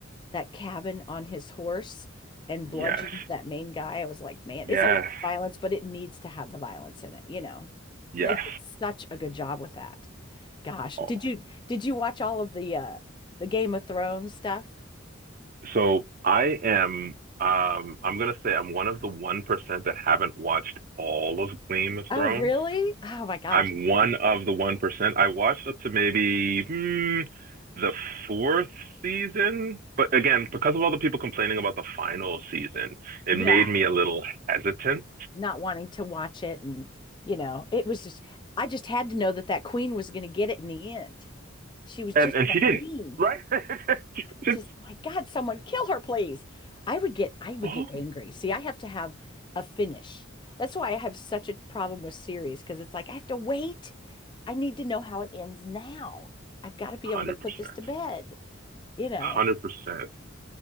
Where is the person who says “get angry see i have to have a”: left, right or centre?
Left